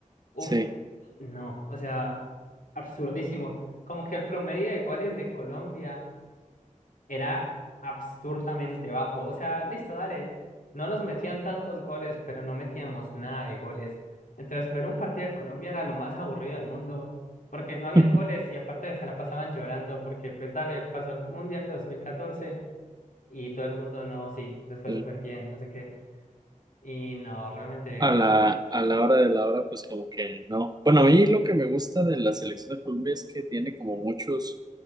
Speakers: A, on the left; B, on the right.
A: uff,
B: Sí.
A: no, o sea, absurdísimo. Como que el promedio de goles de Colombia. era absurdamente bajo. O sea, listo, dale. No nos metían tantos goles, pero no metíamos nada de goles. Entonces, ver un partido de Colombia era lo más <laughs> aburrido del mundo, porque no habían
B: <laughs>
A: goles y aparte se la pasaban llorando, porque pues dale, pasó el Mundial de 2014 y todo el mundo, no, sí, les fue
B: Sí.
A: súper bien, no sé qué. Y no, realmente,
B: A la, a la hora de la hora, pues como que no. Bueno, a mí lo que me gusta de la selección de Colombia es que tiene como muchos,